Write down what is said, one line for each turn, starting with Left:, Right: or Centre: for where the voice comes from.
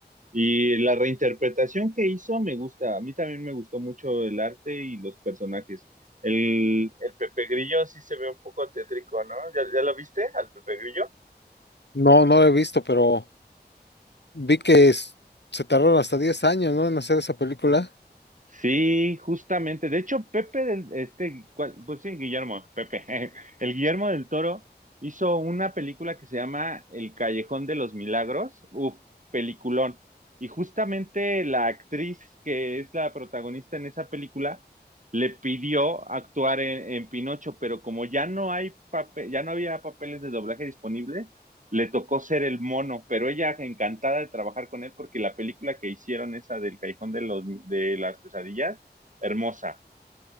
Right: Y la reinterpretación que hizo me gusta. A mí también me gustó mucho el arte y los personajes. El, el Pepe Grillo sí se ve un poco tétrico, ¿no? ¿Ya, ya lo viste al Pepe Grillo?
Left: No, no la he visto, pero vi que es- se tardaron hasta 10 años, ¿no? en hacer esa película.
Right: Sí, justamente. De hecho, Pepe del, este, ¿cuál? Pues sí, Guillermo, Pepe. <laughs> El Guillermo del Toro hizo una película que se llama El Callejón de los Milagros. Uf, peliculón. Y justamente la actriz que es la protagonista en esa película le pidió actuar en, en Pinocho, pero como ya no hay papel, ya no había papeles de doblaje disponibles, le tocó ser el mono, pero ella encantada de trabajar con él porque la película que hicieron esa del Callejón de, los, de las Pesadillas, hermosa.